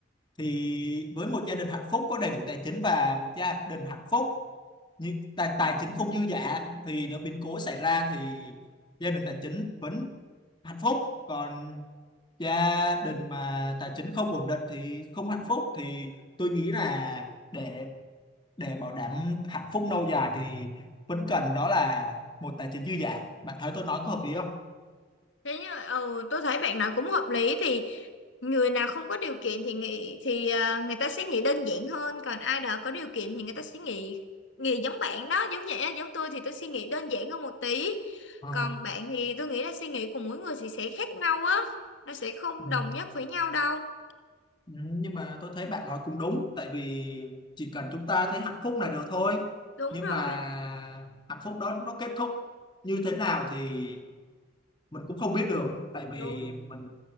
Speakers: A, on the left; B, on the left.
A: thì với một gia đình hạnh phúc có đầy đủ tài chính và một gia đình hạnh phúc như tài tài chính không dư dả thì nếu biến cố xảy ra thì gia đình tài chính vẫn hạnh phúc còn gia đình mà tài chính không ổn định thì không hạnh phúc thì tôi nghĩ là để để bảo đảm hạnh phúc lâu dài thì vẫn cần đó là một tài chính dư giả. bạn thấy tôi nói có hợp lý không
B: Thế như mà ừ, tôi thấy bạn nào cũng hợp lý thì người nào không có điều kiện thì nghĩ thì à, người ta sẽ nghĩ đơn giản hơn còn ai đó có điều kiện thì người ta sẽ nghĩ nghĩ giống bạn đó giống vậy á, giống tôi thì tôi suy nghĩ đơn giản hơn một tí
A: Ờ,
B: còn bạn thì tôi nghĩ là suy nghĩ của mỗi người thì sẽ khác nhau á nó sẽ không
A: ừ.
B: đồng nhất với nhau đâu
A: Ừ, nhưng mà tôi thấy bạn nói cũng đúng tại vì chỉ cần chúng ta thấy hạnh phúc là được thôi
B: đúng
A: nhưng
B: rồi
A: mà hạnh phúc đó nó kết thúc như thế nào thì mình cũng không biết được tại vì
B: đúng
A: mình